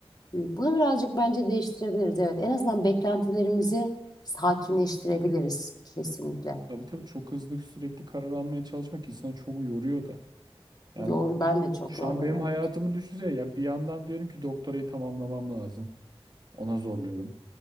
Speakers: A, on the left (about 40°); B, on the right (about 40°).
A: Bunu birazcık bence değiştirebiliriz. Evet, en azından beklentilerimizi sakinleştirebiliriz kesinlikle.
B: Tabii tabii çok hızlı sürekli karar almaya çalışmak insanı çok yoruyor da. Yani
A: Yor, ben de çok
B: şu
A: yorgunum
B: an benim
A: evet.
B: hayatımı düşünsene ya bir yandan diyorum ki doktorayı tamamlamam lazım. Ona zorluyorum.